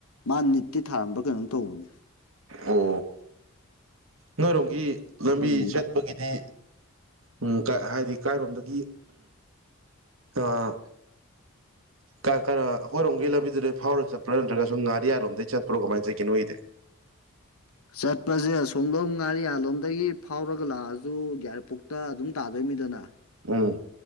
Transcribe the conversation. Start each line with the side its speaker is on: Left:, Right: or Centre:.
Left: ꯃꯥ ꯅꯤꯠꯇꯤ ꯊꯥꯔꯝꯕ ꯀꯩꯅꯣꯝ ꯇꯧꯕꯅꯦ
Right: ꯑꯣ ꯅꯣꯏ ꯂꯝꯕꯤ
Left: ꯑꯩꯈꯣꯏꯒꯤ
Right: ꯆꯠꯄꯒꯤꯗꯤ ꯎꯝ ꯍꯥꯏꯗꯤ ꯀꯥꯏꯔꯣꯝꯗꯒꯤ ꯑꯥ ꯀꯩꯅꯣ ꯑꯩꯈꯣꯏꯔꯣꯝꯒꯤ ꯂꯝꯕꯤꯗꯨꯗ ꯐꯥꯎꯔꯒ ꯆꯠꯄ꯭ꯔꯣ ꯅꯠꯇ꯭ꯔꯒ ꯁ ꯉꯥꯔꯤꯌꯥꯔꯣꯝꯗꯩ ꯆꯠꯄ꯭ꯔꯣ ꯀꯃꯥꯏꯅ ꯆꯠꯒꯦ ꯅꯣꯣꯏꯗꯤ
Left: <inaudible> ꯆꯠꯄꯁꯦ ꯁꯣꯝꯗꯣꯝ ꯉꯥꯔꯤꯌꯥꯜꯂꯣꯝꯗꯒꯤ ꯐꯥꯎꯔꯒ ꯂꯥꯛꯑꯁꯨ ꯌꯥꯔꯤꯄꯣꯛꯇ ꯑꯗꯨꯝ ꯇꯥꯗꯣꯏꯅꯤꯗꯅ
Right: ꯎꯝ